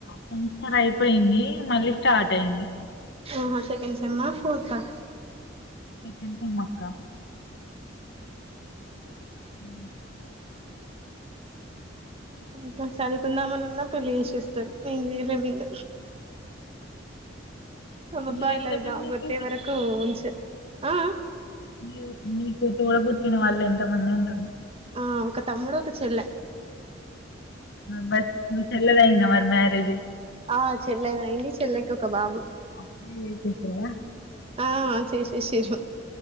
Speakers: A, on the left; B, on the right.
A: సెమిస్టర్ అయిపోయింది మళ్ళీ స్టార్ట్ అయింది
B: ఆహా సెకండ్ సేమ్ ఆ ఫోర్త్ ఆ
A: ఎంటి మొక్క ఉ
B: ఇంకా చదువుకుందామని ఉన్నా పెళ్లి చేసిేస్తారు మేం చేయలేం ఇంక అబాబ్బా
A: మీరెంత
B: ఇలాజావ
A: మంది
B: ఒకోటే
A: అక్క
B: వరకు ఉంచె ఆ
A: న నీకు తూడ పుట్టిన వాళ్ళు ఎంతమంది ఉంటున్నారు
B: ఆ ఒక తమ్ముడు ఒక చెల్ల
A: బస్ మీ చెల్ల ది అయిందా మరి మ్యారేజ్
B: ఆ చెల్లెదయింది చెల్లెకి ఒక బాబు
A: అప్పుడ లే చేసవా
B: ఆ చేే సేశిరు